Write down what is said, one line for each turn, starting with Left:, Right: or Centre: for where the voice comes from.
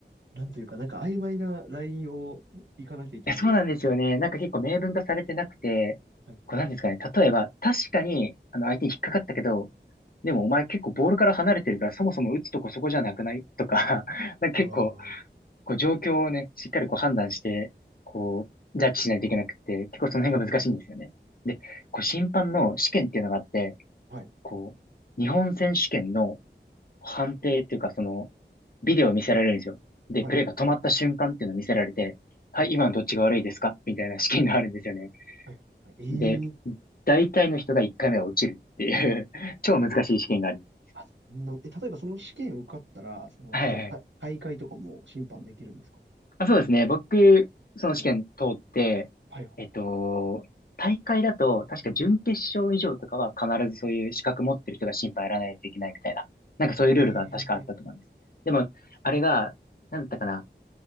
Right: になんというか、なんか曖昧なラインを行かなきゃいけないですよね。
Left: え、そうなんですよね。なんか結構明文化されてなくて、
Right: はい、はい、
Left: こうなんですかね。
Right: はい。
Left: 例えば、確かに、あの、相手に引っかかったけど、でもお前結構ボールから離れてるから、そもそも打つとこそこじゃなくないとか、<laughs> なんか結構、
Right: ああ。
Left: こう状況をね、しっかりこう判断して、こう、ジャッジしないといけなくて、結構その辺が難しいんですよね。
Right: はい、
Left: で、こう審判の試験っていうのがあって、
Right: はい、
Left: こう、日本選手権の判定っていうか、その、ビデオを見せられるんですよ。で、
Right: はい、
Left: プレーが止まった瞬間っていうのを見せられて、はい、
Right: はい、
Left: 今のどっちが悪いですかみたいな試験があるんですよね。
Right: はい、はい。ええ
Left: で、大体の人が1回目は落ちるっていう <laughs> 超難しい試験があります。
Right: あ、そんな、え、例えばその試験受かったら、その、
Left: はいはい。
Right: 例えば大大会とかも審判できるんですか
Left: あ、そうですね。僕、その試験通って、
Right: はいは
Left: えっと、大会だと、確か準決勝以上とかは必ずそういう資格持ってる人が審判やらないといけないみたいな、なんかそういうルールが確かあったと思います。
Right: い。ええ
Left: でも、あれが、なんだったかな、